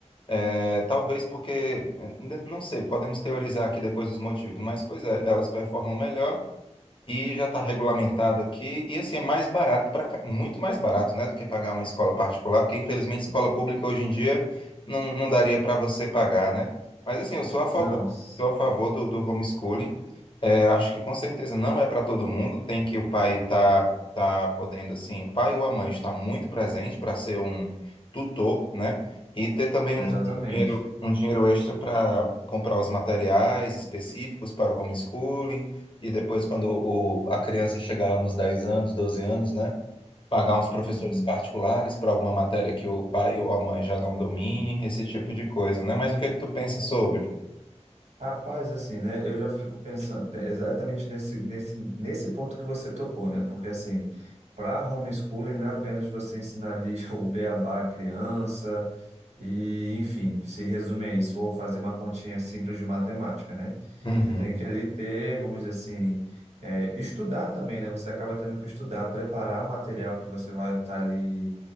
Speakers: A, on the left; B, on the right.
A: É, talvez porque, eh, não sei, podemos teorizar aqui depois os motivos, mas pois é, elas performam melhor. E já está regulamentado aqui. E assim, é mais barato, pra, ca- muito mais barato, né, do que pagar uma escola particular, porque infelizmente escola pública hoje em dia não, não daria para você pagar, né? Mas assim, eu sou a favor,
B: Não, s-
A: sou a favor do, do homeschooling. É, acho que com certeza não é para todo mundo. Tem que o pai tá, tá podendo, assim, o pai ou a mãe está muito presente para ser um tutor, né? E ter também
B: exatamente.
A: um dinheiro, um dinheiro extra para comprar os materiais específicos para o homeschooling e depois, quando o, a criança chegar lá nos 10 anos, 12 anos, né? Pagar uns professores
B: Uhum.
A: particulares para alguma matéria que o pai ou a mãe já não domine, esse tipo de coisa, né? Mas o que é que tu pensa sobre?
B: Rapaz, assim, né? Eu já fico pensando pe- exatamente nesse, nesse, nesse ponto que você tocou, né? Porque, assim, para homeschooling não é apenas você ensinar ali <laughs> o beabá à criança e, enfim, se resume a isso, ou fazer uma continha simples de matemática, né?
A: Uhum,
B: Você tem que ali ter, vamos dizer assim, é, estudar também, né? Você acaba tendo que estudar, preparar o material que você vai estar ali